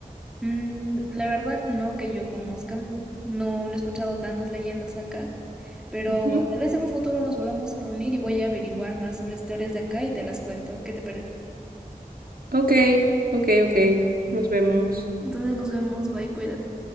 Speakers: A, in the centre; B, on the right (about 85°).
A: Mm, la verdad, no que yo conozca, no, no he escuchado tantas leyendas acá, pero
B: Ujú.
A: tal vez en un futuro nos volvamos a reunir y voy a averiguar más sobre historias de acá y te las cuento. ¿Qué te parece?
B: Ok, ok, ok. Nos vemos.
A: Entonces nos vemos, bye, cuídate.